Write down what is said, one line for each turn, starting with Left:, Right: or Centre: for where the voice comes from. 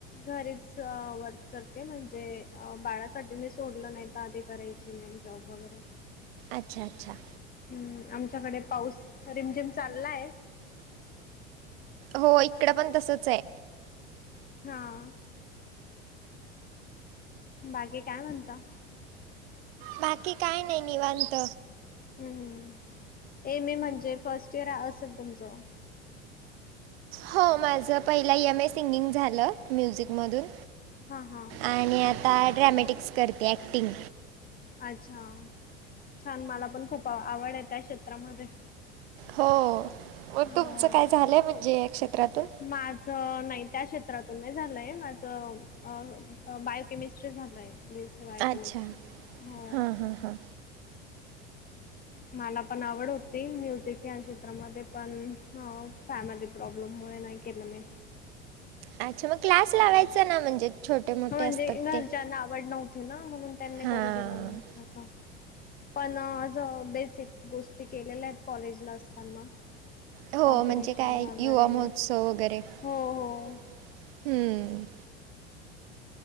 Left: घरीच वर्क करते म्हणजे बाळासाठी मी सोडलं नाही तर आधी करायची. जी मेन जॉब वगैरे
Right: अच्छा अच्छा.
Left: हम्म आमच्याकडे पाऊस रिमझिम चाललाय.
Right: हो इकडं पण तसच आहे.
Left: हा बाकी काय म्हणता?
Right: बाकी काय नाही निवांत.
Left: हम् एम ए म्हणजे फर्स्ट इयर असेल तुमचं?
Right: हो माझं पहिलं यम ए सिंगिंग झालं म्युझिकमधून
Left: हा हा.
Right: आणि आता ड्रॅमॅटिक्स करते ॲक्टिंग
Left: अच्छा छान मला पण खूप आवड आहे त्या क्षेत्रामध्ये
Right: हो मग
Left: हो.
Right: तुमचं काय झालंय म्हणजे या क्षेत्रातून
Left: माझं नाही त्या क्षेत्रातून नाही झालंय माझं. अ बायोकमिस्ट्री झालाय ब बायोकमिस्ट्री
Right: अच्छा
Left: हो.
Right: हां हां हां
Left: मला पण आवड होती म्युझिक या क्षेत्रामध्ये पण फॅमिली प्रॉब्लेममुळे नाही केलं मी
Right: अच्छा मग क्लास लावायचा
Left: हो.
Right: ना म्हणजे छोटे मोठे
Left: म्हणजे
Right: असतात.
Left: घरच्यांना
Right: ते
Left: आवड नत ना म्हणून त्यांनी
Right: हां.
Left: करू दिलं नाही असं. पणज बेसिक गोष्टी केलेल्या आहेत कॉलेजला असताना
Right: हो
Left: कॉम्पिटिशन
Right: म्हणजे काय
Left: वगैरे
Right: युवा महोत्सव वगैरे हम्म.
Left: हो हो.